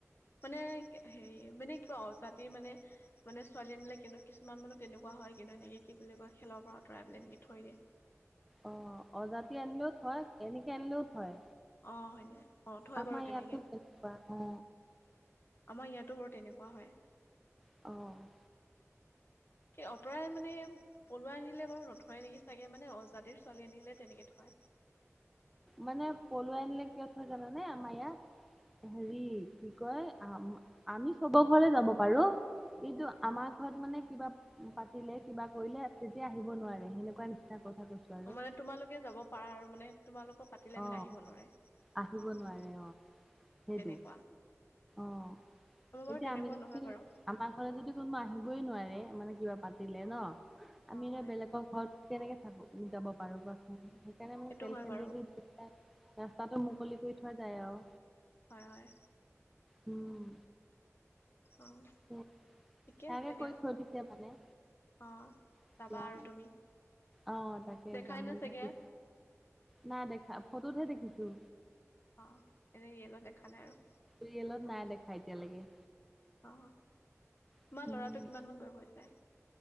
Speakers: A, on the left (about 45°); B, in the centre.
A: মানে হেৰি, মানে কি অজাতিৰ মানে মানে ছোৱালী আনিলে কিন্তু কিছুমান মানুহ তেনেকুৱা হয় কিদানী। এই কি বুলি কয়, খেলৰ পৰা আঁতৰাই পেলাই এনেকে থৈ দিয়ে।
B: অ', অজাতি আনিলেও থয়, এনেকে আনিলেও থয়।
A: অ', হয়নে? অ থয়
B: আমাৰ
A: বাৰু
B: ইয়াতো
A: তেনেকে
B: তেনেকুৱা। অ'।
A: আমাৰ ইয়াতো বাৰু তেনেকুৱা হয়।
B: অ'।
A: এই অঁতৰাই মানে পলুৱাই আনিলে বাৰু নথয় নেকি চাগে মানে, অজাতিৰ ছোৱালী আনিলে তেনেকে থয়।
B: মানে পলুৱাই আনিলে কিয় থয় জানানে? আমাৰ ইয়াত হেৰি, কি কয় আম- আমি চবৰ ঘৰলে যাব পাৰোঁ। কিন্তু আমাৰ ঘৰত মানে কিবা পাতিলে, কিবা কৰিলে তেতিয়া আহিব নোৱাৰে। হেনেকুৱা নিচিনা কথা কৈছোঁ আৰু।
A: অ মানে তোমালোকে যাব পাৰা আৰু মানে, তোমালোকৰ পাতিলে
B: অ।
A: মানে আহিব নোৱাৰে।
B: আহিব
A: অ,
B: নোৱাৰে অ সেইটো
A: এনেকুৱা
B: অ।
A: আমাৰ বাৰু
B: এতিয়া
A: তেনেকুৱা
B: আমি
A: নহয়
B: যদি
A: বাৰু।
B: আমাৰ ঘৰত যদি কোনবা আহিবই নোৱাৰে। মানে কিবা পাতিলে ন'? আমি
A: অ
B: এ
A: হয়
B: বেলেগ ৰ ঘৰত কেনেকে থাকোঁ, যাব পাৰো কোৱা চোন? সেইকাৰণে মানে
A: সেইটো
B: তেল-সেন্দুৰটো
A: হয় বাৰু
B: দি পেলাই ৰাস্তাটো মুকলি কৰি থোৱা যায় আৰু
A: হয়। হয়'।
B: উম।
A: অ'।
B: উ',
A: ঠিকে
B: তাকে
A: আছে দিয়া
B: কৰি থৈ দিছে মানে
A: অ',
B: এতিয়া
A: যাবা আৰু তুমি?
B: অ', তাকে
A: দেখাই
B: যাম বুলি
A: নাই চাগে
B: ভাবিছোঁ। নাই দেখা ফটোতহে দেখিছোঁ।
A: অ', এনে ৰিয়েলত দেখা নাই আৰু।
B: ৰিয়েলত নাই দেখা এতিয়ালৈকে।
A: অ',
B: উম
A: তোমাৰ ল'ৰাটোৰ কিমানমান বয়স হৈছে?